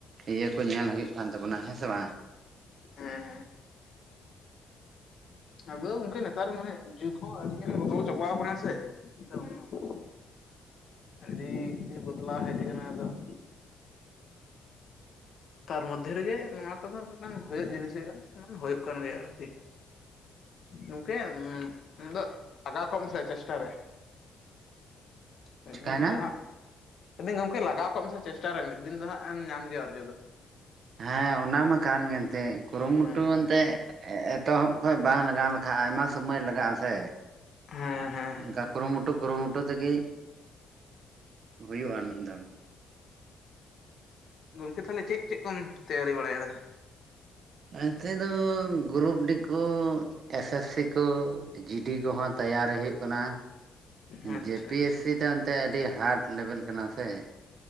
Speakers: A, on the right; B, on the left.
A: ᱤᱭᱟᱹ ᱠᱚ ᱧᱮᱞ ᱦᱩᱭᱩᱜ ᱠᱟᱱ ᱛᱟᱵᱚᱱᱟ ᱦᱮᱸ ᱥᱮ ᱵᱟᱝ?
B: ᱦᱮᱸ ᱟᱵᱚ ᱫᱚ ᱜᱚᱝᱠᱮ ᱱᱮᱛᱟᱨ ᱢᱟᱱᱮ ᱡᱩᱜ ᱦᱚᱸ ᱟᱹᱰᱤ ᱜᱟᱱ ᱵᱚᱫᱚᱞ ᱪᱟᱵᱟᱣ ᱟᱠᱟᱱᱟ ᱥᱮ ᱾ <inaudible> ᱟᱹᱰᱤ ᱵᱚᱫᱞᱟᱣ ᱦᱮᱡ ᱟᱠᱟᱱᱟ ᱟᱫᱚ ᱾ ᱛᱟᱨ ᱢᱚᱫᱽᱫᱷᱮ ᱨᱮᱜᱮ ᱱᱚᱣᱟ ᱠᱚᱫᱚ ᱢᱤᱫᱴᱟᱝ ᱦᱳᱭᱳᱜ ᱡᱤᱱᱤᱥ ᱜᱮ <inaudible> ᱦᱳᱭᱳᱜ ᱠᱟᱱ ᱜᱮᱭᱟ ᱟᱨᱠᱤ ᱾ ᱜᱚᱢᱠᱮ ᱟᱫᱚ ᱞᱟᱜᱟᱣ ᱠᱚᱜ ᱢᱮᱥᱮ ᱪᱮᱥᱴᱟ ᱨᱮ ᱾ ᱢᱤᱫᱫᱤᱱ
A: ᱪᱤᱠᱟᱭᱱᱟ
B: ᱫᱚ ᱦᱟᱸᱜ ᱾ ᱞᱟᱹᱭ ᱫᱟᱹᱧ ᱜᱚᱢᱠᱮ ᱞᱟᱜᱟᱣ ᱠᱚᱜ ᱢᱮ ᱥᱮ ᱪᱮᱥᱴᱟ ᱨᱮ ᱢᱤᱫ ᱫᱤᱱ ᱫᱚ ᱦᱟᱸᱜ ᱮᱢ ᱧᱟᱢ ᱜᱮᱭᱟ ᱚᱨᱡᱚ ᱫᱚ ᱾
A: ᱦᱮᱸ ᱚᱱᱟ ᱢᱟ ᱠᱟᱱ ᱜᱮ ᱮᱱᱛᱮᱫ ᱠᱩᱨᱩᱢᱩᱴᱩ
B: ᱦᱮᱸ ᱦᱮᱸ
A: ᱮᱱᱛᱮᱫ ᱮᱼᱮᱛᱚᱦᱚᱵ ᱾ ᱦᱳᱭ ᱵᱟᱝ ᱞᱟᱜᱟᱣ ᱞᱮᱠᱷᱟ ᱟᱭᱢᱟ ᱥᱚᱢᱚᱭ ᱞᱟᱜᱟᱜᱼᱟ ᱥᱮ
B: ᱦᱮᱸ ᱦᱮᱸ
A: ᱚᱱᱠᱟ ᱾ ᱠᱩᱨᱩᱢᱩᱴᱩ ᱠᱩᱨᱩᱢᱩᱴᱩ ᱛᱮᱜᱮ ᱦᱩᱭᱩᱜᱼᱟ ᱢᱤᱫ ᱫᱚᱢ ᱾
B: ᱜᱚᱝᱠᱮ ᱛᱟᱦᱚᱞᱮ ᱪᱮᱫ ᱪᱮᱫ ᱠᱚᱢ ᱛᱮᱭᱟᱨᱤ ᱵᱟᱲᱟᱭ ᱫᱟ?
A: ᱮᱱᱛᱮ ᱫᱚ ᱜᱨᱩᱯᱼᱰᱤ ᱠᱚ ᱾ ᱮᱥ ᱮᱥ ᱥᱤ ᱠᱚ ᱡᱤ ᱰᱤ ᱠᱚᱦᱚᱸ ᱛᱮᱭᱟᱨᱤ ᱦᱩᱭᱩᱜ ᱠᱟᱱᱟ ᱾
B: ᱟᱪᱪᱷᱟ
A: ᱡᱮ ᱯᱤ
B: ᱟᱪᱪᱷᱟ
A: ᱮᱥ ᱥᱤ ᱫᱚ ᱮᱱᱛᱮ ᱟᱹᱰᱤ ᱦᱟᱨᱰ ᱞᱮᱵᱮᱞ ᱠᱟᱱᱟ ᱥᱮ ᱾